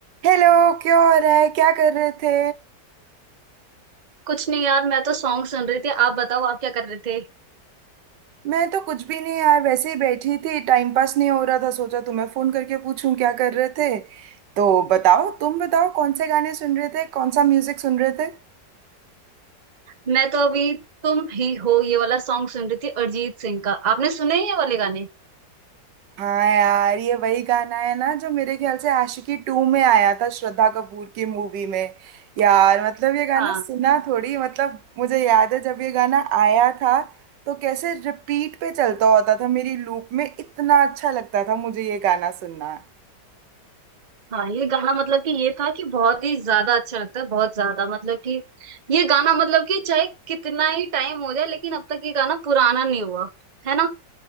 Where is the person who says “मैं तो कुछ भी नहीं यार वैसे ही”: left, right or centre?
Right